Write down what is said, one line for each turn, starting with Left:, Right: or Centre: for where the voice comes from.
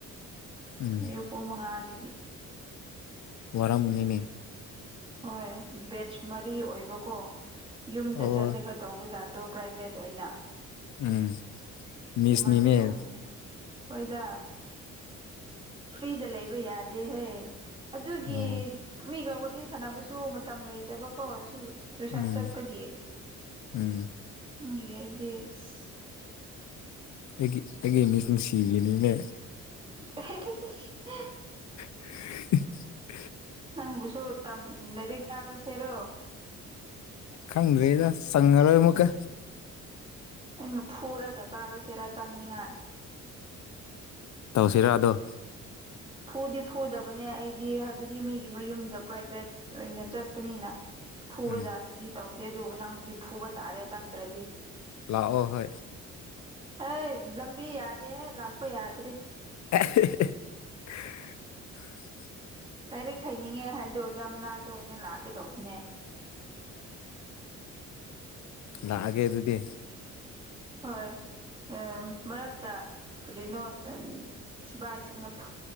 Left: ꯎꯝ
Right: ꯑꯨ ꯄꯨꯡ ꯃꯉꯥ ꯑꯗꯨꯗꯒꯤ
Left: ꯋꯥꯔ ꯃꯅꯤꯅꯦ
Right: ꯍꯣꯏ ꯕꯦꯆ ꯃꯔꯤ ꯑꯣꯏꯕꯀꯣ ꯌꯨꯝꯗ
Left: ꯑꯣ
Right: ꯆꯠꯂꯒ ꯇꯧꯕ ꯖꯥꯠ ꯣ ꯄ꯭ꯔꯥꯏꯚꯦꯠ ꯑꯣꯏꯅ
Left: ꯎꯝ ꯃꯤꯁꯅꯤꯅꯦ
Right: ꯑꯗꯨꯃꯥꯏꯅ ꯇꯧꯕꯅꯦ ꯍꯣꯏꯗ ꯐ꯭ꯔꯤꯗ ꯂꯩꯕ ꯌꯥꯗꯦꯍꯦ ꯑꯗꯨꯒꯤ
Left: ꯑꯣ
Right: ꯃꯤꯒ ꯋꯥꯔꯤ ꯁꯥꯟꯅꯕꯁꯨ ꯃꯇꯝ ꯂꯩꯇꯕꯀꯣ ꯇꯨꯁꯥꯟ
Left: ꯎꯝ
Right: ꯆꯠꯄꯒꯤꯑꯑꯗꯤꯁ
Left: ꯎꯝ ꯑꯩꯒꯤ ꯑꯩꯒꯤ ꯃꯤꯁ ꯅꯨꯡꯁꯤꯕꯤꯅꯤꯅꯦ
Right: <unintelligible>
Left: <unintelligible>
Right: ꯅꯪꯕꯨꯁꯨ ꯇꯝ ꯅꯔꯤ ꯀꯥꯒ꯭ꯔꯁꯦꯔꯣ
Left: ꯈꯪꯗ꯭ꯔꯦꯗ ꯆꯪꯉꯔꯣꯏ ꯃꯨꯀ
Right: ꯑꯩꯅ ꯐꯨꯔꯒ ꯇꯥꯈ꯭ꯔꯁꯤꯔꯥ ꯆꯪꯅꯤꯉꯥꯏ
Left: ꯇꯁꯔꯥꯗ
Right: ꯐꯨꯗꯤ ꯐꯨꯗꯕꯅꯦ ꯑꯩꯗꯤ ꯍꯥꯏꯕꯗꯤ ꯃꯤꯒꯤ ꯃꯌꯨꯝꯗ ꯄ꯭ꯔꯥꯏꯚꯦꯠ ꯑꯣꯏꯅ ꯆꯠꯄꯅꯤꯅ ꯐꯨꯕꯖꯥꯠꯇꯨꯗꯤ
Left: ꯎꯝ
Right: ꯇꯧꯗꯦ ꯑꯗꯨꯕꯨ ꯅꯪꯕꯨꯗꯤ ꯐꯨꯕ ꯇꯥꯔꯦ ꯆꯪꯗ꯭ꯔꯗꯤ
Left: ꯂꯥꯛꯑꯣ ꯍꯣꯏ
Right: ꯑꯦ ꯂꯝꯕꯤ ꯌꯥꯗꯦꯍꯦ ꯂꯥꯛꯄ ꯌꯥꯗꯔꯤ
Left: <unintelligible>
Right: ꯂꯥꯏꯔꯤꯛ ꯍꯩꯅꯤꯡꯉꯦ ꯍꯥꯏꯔꯗꯤ ꯑꯣꯖꯥ ꯃꯅꯥꯛꯇ ꯑꯣꯏꯅ ꯂꯥꯛꯀꯦ ꯇꯧꯕꯅꯦ
Left: ꯂꯥꯛꯑꯒꯦ ꯑꯗꯨꯗꯤ
Right: ꯍꯣꯏ ꯎꯝ ꯃꯔꯛꯇ ꯀꯔꯤꯅꯣ ꯁꯤꯕꯥꯏꯁꯤꯡꯅ